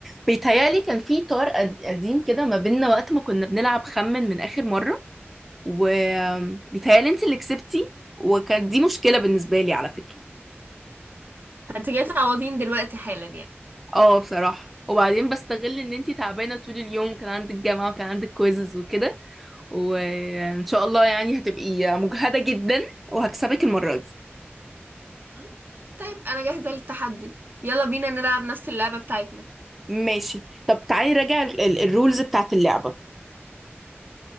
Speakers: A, in the centre; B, on the right.
A: بيتهيألي كان في طار قد- قديم كده ما بيننا وقت ما كنا بنلعب خمن من آخر مرة وبيتهيألي انت اللي كسبتي وكانت دي مشكلة بالنسبة لي على فكرة
B: انت جاي تعوضين دلوقتي حالا يعني
A: اه بصراحة وبعدين بستغل ان انت تعبانة طول اليوم كان عندك جامعة وكان عندك كويزز وكده وان شاء الله يعني هتبقي مجهدة جدا وهكسبك المرة دي
B: م? طيب انا جاهزة للتحدي يلا بينا نلعب نفس اللعبة بتاعتنا
A: ماشي طب تعالي راجع ال- ال- الرولز بتاعت اللعبة